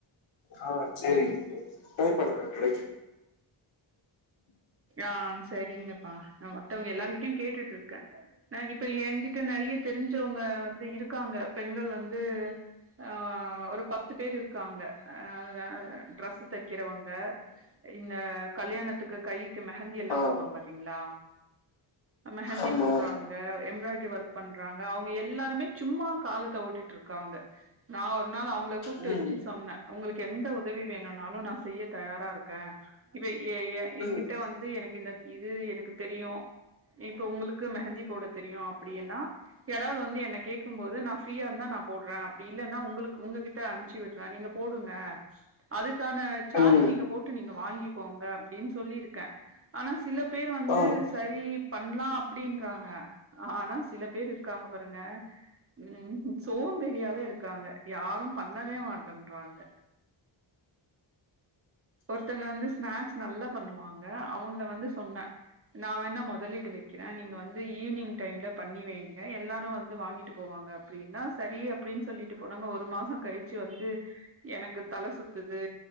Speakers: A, on the left; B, on the right.
A: ஆ செரிங்க <inaudible> ட்ரை பண்ணுங்க கெடைக்கு
B: ஆ செரிங்கப்பா நா மத்தவங்க எல்லாருகிட்டயு கேட்டுட்டு இருக்கே அ இப்ப என்கிட்ட நெறைய தெரிஞ்சவங்க வந்து இருக்காங்க பெண்கள் வந்து ஆ ஒரு பத்து பேர் இருக்குறாங்க <unintelligible> டிரஸ்ஸு தைக்கிறவங்க இந்த <unintelligible> கு கைக்கு மெஹந்தி எல்லா
A: ஆ
B: போடுவாங்க பாத்தீங்களா அ மெஹந்தி
A: ஆமா
B: போட்றவாங்க எம்ப்ராய்டரி ஒர்க் பண்றாங்க அவுங்க எல்லாருமே சும்மா காலத்த ஓட்டிட்டு இருக்காங்க நா ஒரு நாள் அவுங்கள கூப்ட்டு
A: ம்
B: வச்சு சொன்னே உங்களுக்கு எந்த உதவி வேணுனாலு நா செய்ய தயாரா இருக்கே இப்ப எ எ என்கிட்ட
A: ம்
B: வந்து எனக்கு இந்த இது எனக்கு தெரியு இப்ப உங்களுக்கு மெஹந்தி போட தெரியு அப்டின்னா யாராவ்து வந்து என்ன கேக்கு போது நா ஃப்ரீயா இருந்தா நா போடுறே அப்டி இல்லன்னா உங்களுக்கு உங்ககிட்ட அனுப்பிச்சு விட்டுறே நீங்க போடுங்க அதுக்கான சார்ஜ்
A: ம்
B: நீங்க போட்டு நீங்க வாங்கிக்கோங்க அப் டின் சொல்லியிருக்கே ஆனா சில பேர் வந்து
A: ஆ
B: சரி பண்ணலா அப்டின்றாங்க ஆனா சில பேர் இருக்காங்க பாருங்க ம் சோம்பேரியாவே இருக்காங்க யாரு பண்ணவே மாட்டேன்றாங்க ஒருத்தங்க வந்து ஸ்நாக்ஸ் நல்லா பண்ணுவாங்க அவங்கள வந்து சொன்னே நா வேணா முதலீடு வைக்கிறே நீங்க வந்து ஈவினிங் டைம்ல பண்ணி வைங்க எல்லாரு வந்து வாங்கிட்டு போவாங்க அப்டின்னா சரி அப்டின்னு சொல்லிட்டு போனாங்க ஒரு மாசோ கழிச்சு வந்து எனக்கு தல சுத்துது